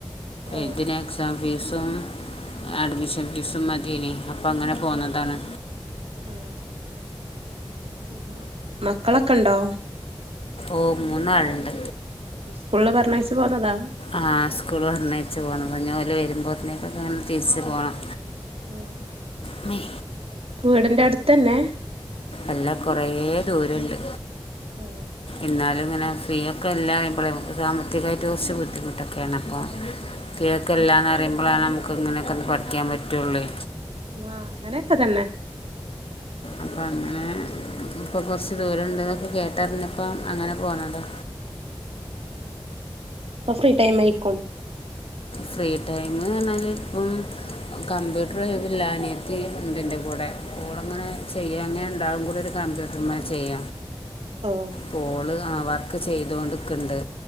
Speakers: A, on the right (about 75°); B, on the left (about 70°).
A: ഓ
B: ഇതിന് എക്സാം ഫീസും അഡ്മിഷൻ ഫീസും മതിനി അപ്പം അങ്ങനെ പോന്നതാണ്
A: ആഹ് ആഹ് മക്കളൊക്കെണ്ടോ
B: ഓഹ് മൂന്നാളുണ്ട്
A: സ്കൂളിൽ പറഞ്ഞയിച്ച പോന്നതാ
B: ആഹ് സ്കൂൾപറഞ്ഞച്ച് പോന്നത് ഓല് വരുമ്പോത്തേക്കൊക്കെ തിരിച്ചു പോണം
A: ആഹ്
B: മ്മേ
A: വീടിന്റെ അടുതന്നെ
B: എല്ലാ കുറേ ദൂരുണ്ട്
A: ഓ
B: എന്നാലും ഇങ്ങനെ ഫീയൊക്കെ എല്ലാ പറയുമ്പോഴേ നമുക്ക് സാമ്പത്തികായിട്ട കുറച്ച് ബുദ്ധിമുട്ടൊക്കെയാണ് അപ്പം ഫ്രീയൊക്കെ എല്ലാന്ന് പറയുമ്പോഴാണ് നമുക്ക് ഇങ്ങനെയൊക്കെ ഒന്ന് പഠിക്കാൻ പറ്റയുള്ളേ
A: ആഹ് അങ്ങനെയൊക്കെ തന്നെ
B: അപ്പൾ അങ്ങനെ ഇപ്പോ കുറച്ച് ദൂരം ഉണ്ടെന്നൊക്കെ കേട്ടറിഞ്ഞപ്പം അങ്ങനെ പോണതാ
A: പ്പൊ ഫ്രീ ടൈം എയിക്കും
B: ഫ്രീ ടൈം ആർഞ്ഞാൽ ഇപ്പം കമ്പ്യൂട്ടർ ഒഴിവില്ല അനിയത്തിയുണ്ട് എന്റെ കൂടെ <unintelligible> അങ്ങനെ ചെയ്യു അങ്ങനെ ഉണ്ടാവും കൂടെ ഒരു കമ്പ്യൂട്ടറിന് മേൽ ചെയ്യ
A: ഓഹ്
B: കോള് ആഹ് വർക്ക് ചെയ്തൊണ്ടിക്കണ്ട്